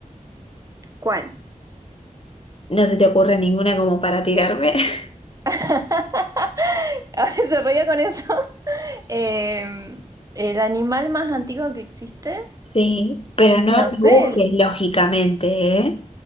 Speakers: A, on the right (about 25°); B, on the left (about 45°).
A: ¿Cuál?
B: No se te ocurre ninguna como para tirarme. <laughs>
A: <laughs> A veces se ríe con eso. Em, el animal más antiguo que existe,
B: Sí, pero no
A: no sé,
B: lo busques
A: el,
B: lógicamente, ¿eh?